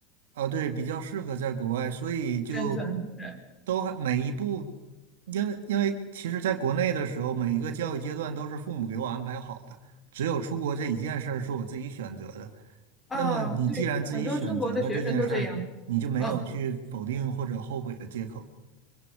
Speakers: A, on the right; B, on the left.
A: 啊，对，比较适合在国外，所以就
B: 生存，对
A: 都还每一步，因为因为其实在国内的时候，每一个教育阶段都是父母给我安排好的，只有出国这一件事儿是我自己选择的。
B: 啊，
A: 那么你既然自己选择了这件事儿，
B: 对，很多中国的学生都这样，
A: 你就没有去否定或者后悔的借口。
B: 嗯。